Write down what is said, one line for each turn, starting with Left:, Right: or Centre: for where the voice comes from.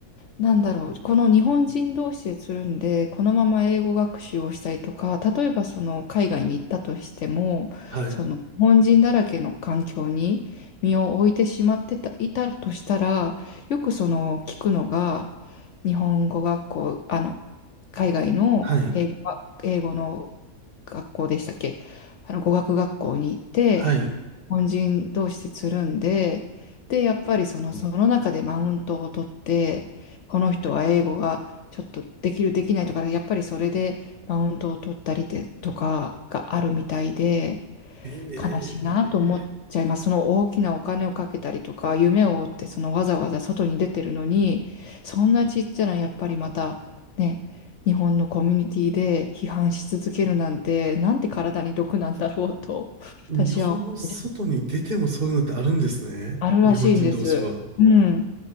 Left: なんだろう。この日本人同士でつるんで、このまま英語学習をしたりとか、例えばその海外に行ったとしても、
Right: はい。
Left: その日本人だらけの環境に身を置いてしまってた、いたとしたら、よくその聞くのが、日本語学校、あの、海外の英語が、
Right: はい。
Left: 英語の学校でしたっけあの、語学学校に行って、
Right: はい。
Left: 日本人同士でつるんで、で、やっぱりその、その中でマウントを取って、この人は英語がちょっとできる、できないとか、やっぱりそれでマウントを取ったりでとかがあるみたいで、
Right: え
Left: 悲しいなと思っちゃいます。その大きなお金をかけたりとか、夢を追って、そのわざわざ外に出てるのに、そんなちっちゃな、やっぱりまた、ね、日本のコミュニティで批判し続けるなんて、なんて体に毒なんだろうと、
Right: ー、
Left: 私は思う
Right: 日本の外に出てもそういうのってあるんですね。
Left: あるらしいんです。
Right: 日本人同士は。
Left: うん。